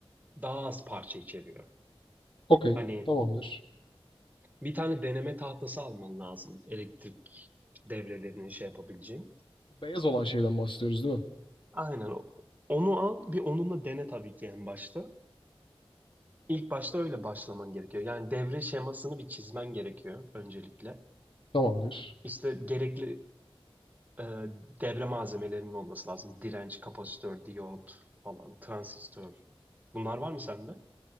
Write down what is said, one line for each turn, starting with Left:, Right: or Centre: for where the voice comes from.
Right: daha az parça içeriyor.
Left: Okey.
Right: Hani
Left: Tamamdır.
Right: bir tane deneme tahtası alman lazım elektrik devrelerini şey yapabileceğin.
Left: Beyaz olan şeyden bahsediyoruz değil mi?
Right: Aynen. o- Onu al, bir onunla dene tabii ki en başta. İlk başta öyle başlaman gerekiyor. Yani devre şemasını bir çizmen gerekiyor öncelikle.
Left: Tamamdır.
Right: İşte gerekli e, devre malzemelerinin olması lazım. Direnç, kapasitör, diyot falan, transistör. Bunlar var mı sende?